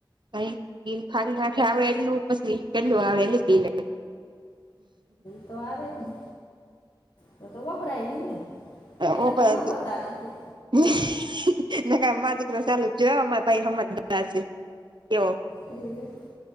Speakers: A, on the right (about 60°); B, on the left (about 60°).
A: <unintelligible> બિલ ફારી નાખે આવે એટલું પછી કેટલું આવે એ બિલ
B: તો આવે જ ને તો તો વપરાય નહી ને
A: <unintelligible>
B: એટલે તમે નખવતા નથી
A: નકા માં દીકરો સલું જોયો અમારે ભાઈ હમજદાર એવો
B: હમ્મ.